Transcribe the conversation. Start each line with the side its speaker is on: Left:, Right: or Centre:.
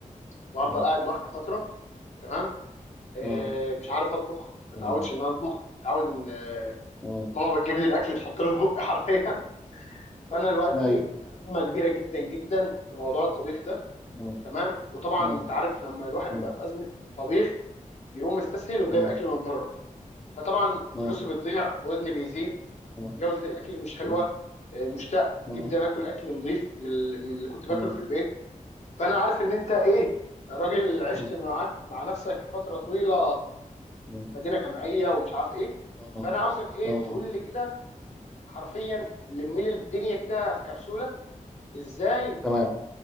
Left: وهفضل
Centre: اه
Left: قاعد لوحدي فتره تمام آه
Centre: اه
Left: مش عارف اطبخ متعودش
Centre: اه
Left: ان انا اطبخ متعود ان آه
Centre: اه
Left: ماما بتجيب لي الاكل تحط له في بقي حرفيا <laughs> فانا دلوقتي
Centre: ايوه
Left: في ازمه كبيره جدا جدا في موضوع الطبيخ ده
Centre: اه
Left: تمام وطبعا
Centre: اه
Left: انت عارف لما الواحد
Centre: اه
Left: بيبقى في ازمه طبيخ بيقوم مستسهل وجايب
Centre: اه
Left: اكل من بره فطبعا
Centre: اه
Left: فلوسه بتضيع وزني بيزيد
Centre: اه
Left: جوده الاكل مش حلوه
Centre: اه
Left: آه، مشتاق
Centre: اه
Left: جدا اكل اكل نظيف من ال- من اللي كنت باكله
Centre: اه
Left: في البيت فانا عارف ان انت ايه راجل عشت
Centre: اه
Left: معاك مع نفسك فتره طويله
Centre: اه
Left: مدينه جامعيه ومش عارف ايه
Centre: اه اه
Left: فانا عاوزك ايه
Centre: اه
Left: تقول لي كده حرفيا لمي لي الدنيا كده في كبسوله ازاي
Centre: تمام